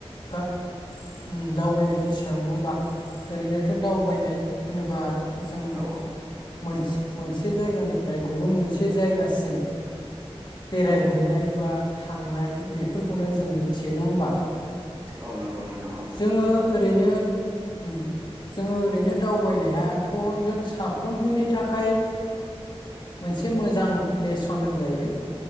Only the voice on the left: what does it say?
दा उम‌ दावबायनायनि सायाव नङा होमबा ओरैनोथ दावबायनाय होनोबा जों
मोनथि मोनसे जायगानिफ्राय गुबुन मोनसे जायगासिम बेरायहैनाय
बा थांनाय बेफोरखौनो जों मिथियो नङा होमबा?
जोङो ओरैनो। उम जोङो ओरैनो दावबायनायाथ' जों साफ्रोमबोनि थाखाय मोनसे मोजां लेसन होनजायो